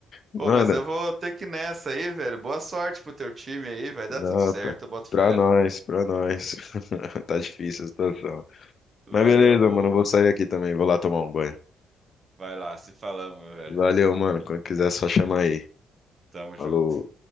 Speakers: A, on the left; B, on the right.
A: Nada,
B: Pô, mas eu vou ter que ir nessa aí, velho. Boa sorte pro teu time aí, vai dar
A: não,
B: tudo certo,
A: pra
B: eu boto
A: pra
B: fé.
A: nós, pra nós. <laughs> Tá difícil a situação.
B: Vai
A: Mas beleza,
B: dar boa,
A: mano, eu
B: mano.
A: vou sair aqui também, vou lá tomar um banho.
B: Vai lá, se falamos, meu velho.
A: Valeu, mano, quando quiser é só chamar aí.
B: Tamo junto.
A: Falou.